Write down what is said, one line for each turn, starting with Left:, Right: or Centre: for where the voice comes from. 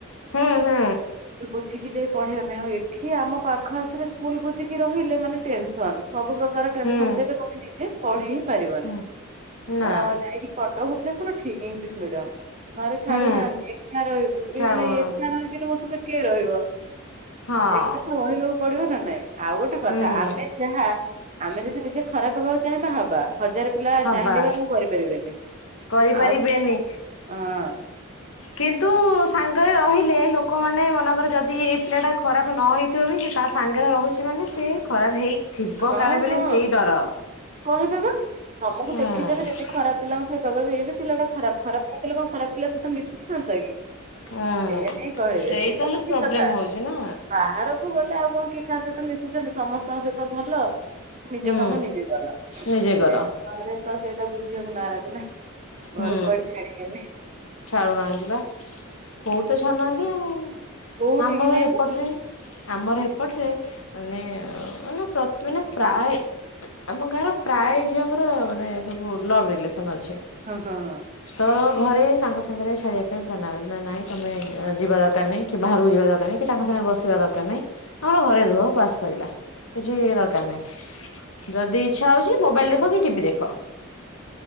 Left: ହୁଁ ହୁଁ।
Right: ବୁଝିକି ଯାଇ ପଢେଇବା ପାଇଁ ଆଉ ଏଠି ଆମ ପାଖ ଆଖରେ ସ୍କୁଲ ବୁଝିକି ରହିଲେ ମାନେ ଟେନ୍ସନ୍। ସବୁ ପ୍ରକାର ଟେନ୍ସନ୍
Left: ହୁଁ
Right: ଦେବେ ତମେ ନିଜେ ପଢି ହି ପାରିବନି।
Left: ହୁଁ ନା
Right: ତ ଯାଇକ କଟକ ଭୁବନେଶ୍ୱର ଠିକ୍ ଇଂଲିଶ ମିଡିୟମ୍। ଘରେ ଛାଡୁନାହାଁନ୍ତି
Left: ହୁଁ
Right: ଏକା ରହିବୁ।
Left: ଛାଡୁନାହାନ୍ତି
Right: ଏ ଭାଇ ଏକା ରହିବିରି ମୋ ସଇତ କିଏ ରହିବ
Left: ହଁ
Right: ଏକା ତ ରହିବାକୁ ପଡିବ ନା ନାଇଁ। ଆଉ ଗୋଟେ କଥା
Left: ହୁଁ
Right: ଆମେ ଯାହା ଆମେ ଯଦି ନିଜେ ଖରାପ ହବାକୁ ଚାହିଁବା ହବା। ହଜାର ପିଲା
Left: ହବା
Right: ଚାହିଁଲେ ବା ମୁଁ କରିପାରିବେନି।
Left: କରିପାରିବେନି
Right: ଆଉ ଯଦି ଆମେ ହଁ।
Left: କିନ୍ତୁ ସାଙ୍ଗରେ ରହିଲେ ଲୋକମାନେ ମନେକର ଯଦି ଏଇ ପିଲା ଟା ଖରାପ ନ ହେଇଥିବ ବି ତା ସାଙ୍ଗରେ ରହୁଛି ମାନେ ସେ ଖରାପ ହେଇଥିବ
Right: ହଁ
Left: କାଳେ ବୋଲି
Right: ହଁ
Left: ସେଇ ଡର।
Right: କହିବେ ବା ତମକୁ
Left: ହୁଁ।
Right: ଦେଖିଦେବେ ଯଦି ଖରାପ ପିଲାଙ୍କ ସହିତ କହିବେ ଏ ପିଲା ଟା ଖରାପ ଖରାପ ନଥିଲା କଣ ଖରାପ ପିଲା ସହିତ ମିଶିଥାନ୍ତା କି?
Left: ହୁଁ
Right: ଏଇଆହି କହିବେ
Left: ସେଇତ
Right: ସେଇଟା
Left: ହିଁ
Right: ତ ଠିକ୍
Left: ପ୍ରୋବ୍ଲେମ
Right: କଥା।
Left: ହଉଛି ନା।
Right: ବାହାରକୁ ଗଲେ ଆଉ କଣ କିଏ କାହା ସହିତ ମିଶୁଛନ୍ତି। ସମସ୍ତଙ୍କ ସହିତ ଭଲ। ନିଜ
Left: ହୁଁ
Right: କାମ ନିଜେ କର।
Left: ନିଜେ
Right: ହେଲେରେ
Left: କର
Right: ତ ସେଇଟା ବୁଝିବାକୁ ନାରାଜ୍ ନା।
Left: ହୁଁ
Right: ଘରୁ କୁଆଡେ ଛାଡିଦେଲେ
Left: ଛାଡୁନାହାନ୍ତି ବା କୋଉଠୁ ତ ଛାଡୁନାହାଁନ୍ତି ଆଉ।
Right: କୋଉଠିକି
Left: ଆମର
Right: ନାଇଁ
Left: ଏପଟରେ
Right: ମ
Left: ଆମର ଏପଟରେ ମାନେ ମାନେ ପ୍ରତି ପ୍ରାୟ ଆମ ଗାଁର ପ୍ରାୟ ଝିଅଙ୍କର ମାନେ ସବୁ ଲଭ୍ ରିଲେସନ୍ ଅଛି।
Right: ହଁ ହଁ ହଁ।
Left: ତ ଘରେ ତାଙ୍କ ସାଙ୍ଗରେ ଛାଡିବା ପାଇଁ ପୁରା ନାରାଜ୍। ନା ନାଇଁ ତମେ ଯିବା ଦରକାର ନାଇଁ କି ବାହାରକୁ ଯିବା ଦରକାର ନାଇଁ। କି ତାଙ୍କ ସାଙ୍ଗରେ ବସିବା ଦରକାର୍ ନାଁଇ। ଆମର ଘରେ ରୁହ ବାସ୍ ସରିଲା। କିଛି ଦରକାର ନାହିଁ। ଯଦି ଇଚ୍ଛା ହଉଛି ମୋବାଇଲ୍ ଦେଖ କି ଟିଭି ଦେଖ।